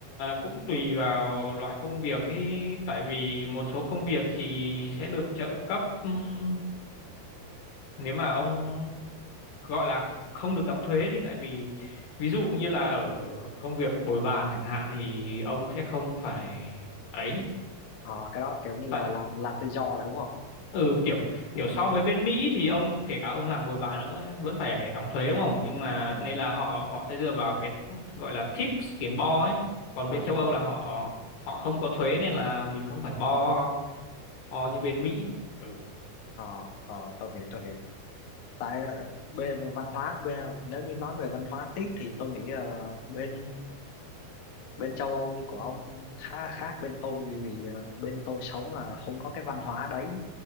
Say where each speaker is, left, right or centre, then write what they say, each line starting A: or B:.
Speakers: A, on the left; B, on the left.
A: cũng tùy vào loại công việc ý. Tại vì một số công việc thì sẽ được trợ cấp ừm, nếu mà ông gọi là không được đóng thuế đi tại vì ví dụ như là ở công việc bồi bàn chẳng hạn thì ông sẽ không phải ấy
B: ờ, cái đó kiểu như
A: tại
B: là làm làm tự do rồi đúng không
A: ừ kiểu kiểu so với bên Mỹ thì ông kể cả ông làm bồi bàn ông vẫn vẫn phải đóng thuế đúng không nhưng mà
B: ừ
A: nên là họ họ sẽ dựa vào cái gọi là tips tiền bo ấy còn
B: à
A: bên châu Âu
B: ờ
A: là họ họ không có thuế nên là mình không phải bo bo như bên Mỹ ừ.
B: ờ ờ, tôi hiểu tôi hiểu tại ờ, bên văn hóa bên, nếu như nói về văn hóa tiếp thì tôi nghĩ ờ, bên bên châu Âu như của ông khá là khác bên tôi vì, vì ờ, bên tôi sống là không có cái văn hóa đấy